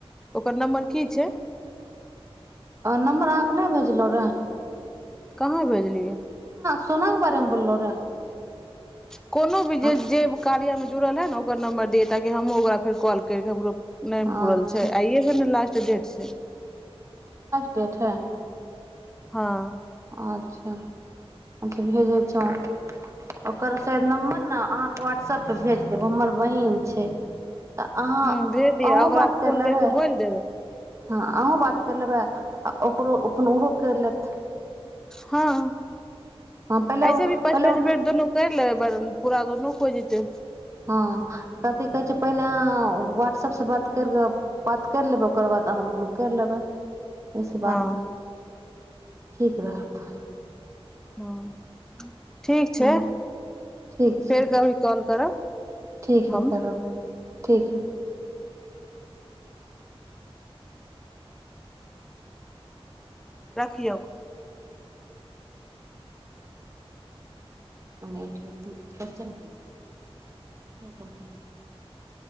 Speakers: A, in the centre; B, on the right.
A: ओकर नम्बर की छै
B: नम्बर अहाँकेँ नहि भेजलहुँ रहए
A: कहाँ भेजलियै
B: सोनाक के बारेमे बोलो रहे
A: कोनो भी जे
B: अ-
A: जे कार्य मे जुड़ल ह न ओकर नंबर दिय ताकि हमहुँ फेर कॉल करिय कें ओकरो नहि
B: अच्छा
A: पुरल छै आइय सँ लासट तऽ देट छै
B: जेठ है
A: हुँ
B: अच्छा अच्छा भेजै छ ओकर नमबर अहाँकें व्टसप त भेज देबै हमर बहीन छै तऽ अहाँ
A: ह भेज दिअ
B: अहूँ
A: ओकरा
B: बात
A: फोन
B: करि लेबै
A: कर कऽ बोलि देब
B: हँ अहूँ बात करि लेबै आ ओकरो अपन ओहो करि लेत
A: हँ
B: हँ पहिले
A: ऐसे भी पाँच
B: पहिले
A: पाँच मिनट दुोनू कर ले बल्कि पूरा दो न खोजतै
B: हँ कथि कहै छै पहिले अहाँ व्ट्सअपसँ बात करि कऽ बात करि लेबै ओकर बाद अहाँ दुन्नू करि लेबै एहिसँ
A: हँ
B: बात ठीक रहत
A: हुम् ठीक छै
B: हँ ठीक
A: फेर
B: छै
A: कभी कॉल करब
B: ठीक
A: हम
B: ह करब ठीक य
A: रखियौ
B: च भदम <inaudible>